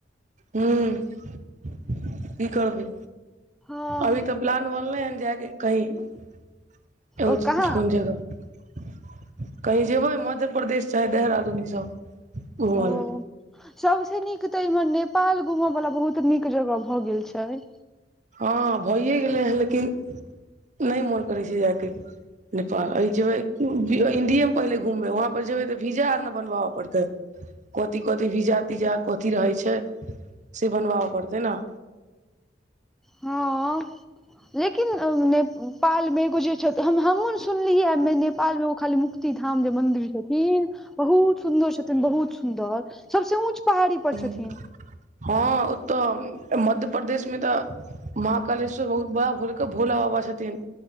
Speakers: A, on the right; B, in the centre.
A: हुं <inaudible> कि करबै
B: हँ
A: अभी तऽ प्लान बनले हैन जायके कही <inaudible>
B: ओ कहाँ
A: कोन जगह <inaudible> कहीं जेबै मध्य प्रदेश चाहे देहरादून इ सब घुमऽ
B: ओ
A: लए
B: <inaudible> सबसे नीक तऽ इमहर नेपाल घुमऽ वाला बहुत नीक जगह भऽ गेल छै छै
A: हँ भैए गेलै हऽ लेकिन <inaudible> नै मोन करै छै जाय केँ नेपाल अय जेबै <unintelligible> इंडिय ए में पहिले घुमबै वहाँ पर जेबै तऽ भीजा आर न बनबाब पड़तै कथी कथी भीजा तीजा कथी रहै छै से बनबाब पड़तै न
B: हँ लेकिन <inaudible> ने नेपाल मे एगो जे <unintelligible> हम हमहु सुनलीय हमें नेपाल में एगो खाली मु क्ती धाम जे मंन्दिर छथिन बहुत सुन्दर छथिन बहुत सुन्दर सबसे ऊँच पहाड़ी
A: <inaudible>
B: पर
A: हँ
B: छथिन
A: ओ तऽ मध्यपदेश में तऽ महाकालेश्वर बहुत बड़ा भोलक भोला बाबा छथिन